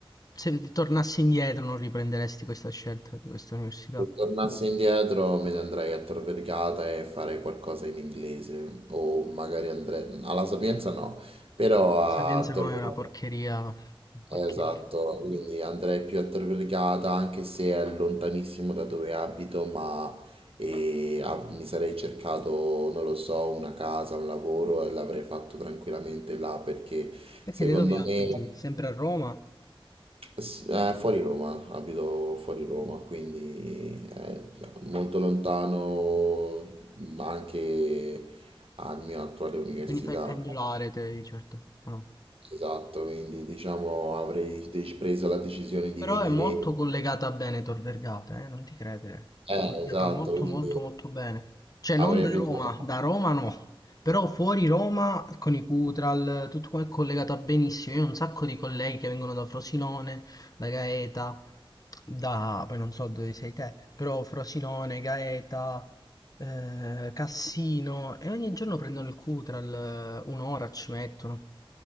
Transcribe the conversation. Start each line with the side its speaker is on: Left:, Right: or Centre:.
Left: se ti tornassi indietro non riprenderesti questa scelta di questa università.
Right: Se
Left: La
Right: tornassi indietro me ne andrei a Tor Vergata e farei qualcosa in inglese o magari andrei alla Sapienza no, però a
Left: Sapienza
Right: Tor
Left: no, è
Right: Vergata.
Left: una porcheria, una porcheria.
Right: Esatto, quindi andrei più a Torregata anche se è lontanissimo da dove abito, ma e av- mi sarei cercato, non lo so, una casa, un lavoro e l'avrei fatto tranquillamente là perché
Left: Perché
Right: secondo
Left: te dove abiti?
Right: me
Left: Sempre a Roma?
Right: sì, eh, fuori Roma, abito fuori Roma, quindi eh, molto lontano ma anche alla mia attuale università.
Left: Quindi fai il pendolare te di certo, o no?
Right: Esatto, quindi diciamo avrei dec- preso la decisione di
Left: Però
Right: venire...
Left: è molto collegata a Veneto, Vergata, eh, non ti credere.
Right: Eh,
Left: Collegata
Right: esatto,
Left: molto
Right: quindi
Left: molto molto bene. Cioè non
Right: avrei
Left: da
Right: preso...
Left: Roma, da Roma no. Però fuori Roma, con i Cutral, tutto qua è collegata benissimo. Io ho un sacco di colleghi che vengono da Frosinone, da Gaeta, da... poi non so dove sei te, però Frosinone, Gaeta, eh, Cassino, e ogni giorno prendono il Cutral, eh, un'ora ci mettono.